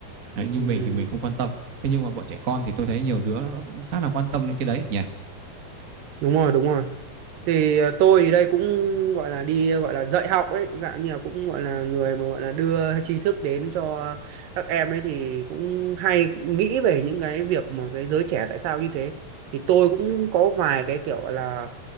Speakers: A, on the right (about 35°); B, on the right (about 75°).
A: đấy, như
B: ừ,
A: mình thì mình không quan tâm thế nhưng mà bọn trẻ con thì tôi thấy nhiều đứa nó cũng khá là quan tâm đến cái đấy nhỉ
B: đúng rồi đúng rồi thì ờ, tôi thì đây cũng gọi là đi gọi là dạy học ấy dạng như là cũng gọi là người mà gọi là đưa tri thức đến cho các em ấy thì cũng hay nghĩ về những cái việc mà cái giới trẻ tại sao như thế thì tôi cũng có vài cái kiểu gọi là